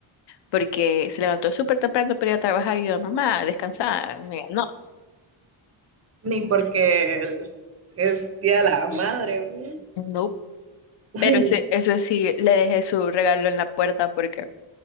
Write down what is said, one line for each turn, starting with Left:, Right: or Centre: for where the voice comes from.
Left: porque se levantó súper temprano para ir a trabajar y yo, mamá, descansa. Me dijo, no,
Right: Ni porque el- es Día de la Madre. güey.
Left: no,
Right: Ay,
Left: pero ese- eso sí, le dejé su regalo en la puerta porque